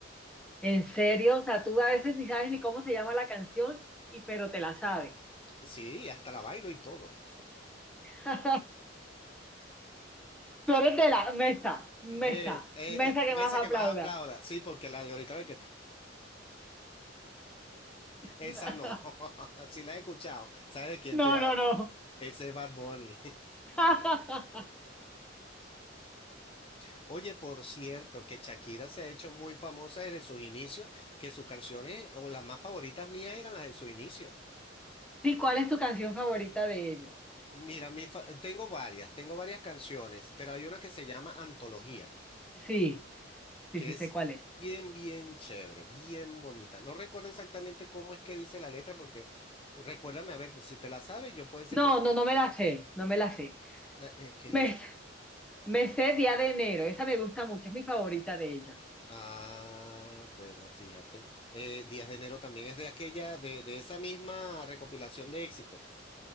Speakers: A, in the centre; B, on the left.
A: En serio, o sea, tú a veces ni sabes ni cómo se llama la canción, y pero te la sabes.
B: Sí, hasta la bailo y todo.
A: <laughs> Tú eres de la mesa, mesa,
B: Eh, eh,
A: mesa que
B: mesa
A: más aplauda.
B: que más aplauda. Sí, porque la de ahorita ve que. Esa
A: <laughs>
B: no. <laughs> Si la he escuchado, ¿sabes de quién
A: No,
B: te hablo?
A: no, no.
B: Ese es Bad Bunny.
A: <laughs>
B: <laughs> Oye, por cierto, que Shakira se ha hecho muy famosa desde sus inicios, que sus canciones o las más favoritas mías eran las de su inicio.
A: Sí, ¿cuál es tu canción favorita de ella?
B: Mira, mi fa- tengo varias, tengo varias canciones, pero hay una que se llama Antología.
A: Sí, sí,
B: que
A: sí
B: es
A: sé cuál es.
B: bien, bien chévere, bien bonita. No recuerdo exactamente cómo es que dice la letra, porque recuérdame, a ver, pues, si te la sabes, yo puede ser
A: No,
B: que un pedacito-
A: no, no me la sé, no me la sé.
B: la- eh, que
A: Me,
B: dice-
A: me sé Día de Enero, esa me gusta mucho, es mi favorita de ella.
B: Ah, bueno, fíjate. Eh, Días de Enero también es de aquella, de, de esa misma recopilación de éxitos.